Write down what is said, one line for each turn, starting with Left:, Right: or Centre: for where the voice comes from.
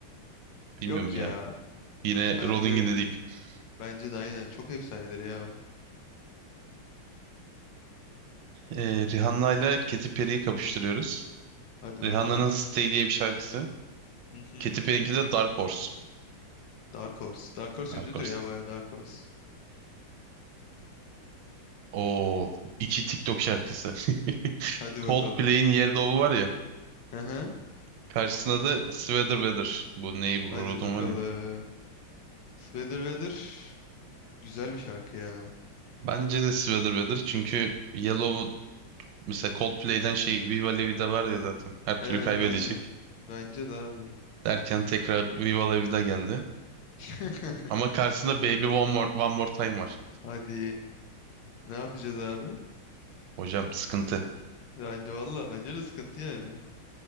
Right: bilmiyorum
Left: Yok
Right: ya.
Left: ya.
Right: Yine
Left: Bence
Right: Rolling in the Deep. <clears throat>
Left: bence de aynen çok efsanedir ya.
Right: Ee, Rihanna ile Katy Perry'yi kapıştırıyoruz.
Left: Hadi
Right: Rihanna'nın
Left: bakalım.
Right: Stay diye bir şarkısı.
Left: Hı hı.
Right: Katy Perry'inki de Dark Horse.
Left: Dark Horse. Dark Horse
Right: Dark
Left: ünlüdür
Right: Horse.
Left: ya bayağı Dark Horse.
Right: Oo, iki TikTok şarkısı. <laughs>
Left: Hadi bakalım.
Right: Coldplay'in Yellow'u var ya.
Left: Hı hı.
Right: Karşısında da Sweater Weather. Bu Neighborhood'un
Left: Hadi bakalım.
Right: var ya.
Left: Sweater Weather güzel bir şarkı ya.
Right: Bence de Sweater Weather çünkü Yellow mesela Coldplay'den şey Viva La Vida var ya zaten. Her türlü
Left: Evet
Right: kaybedecek.
Left: aynı. Bence de abi.
Right: Derken tekrar Viva La Vida geldi.
Left: <laughs>
Right: Ama karşısında Baby One More, One More Time var.
Left: Hadi. Ne yapacağız abi?
Right: Hocam sıkıntı.
Left: Yani valla bence de sıkıntı yani.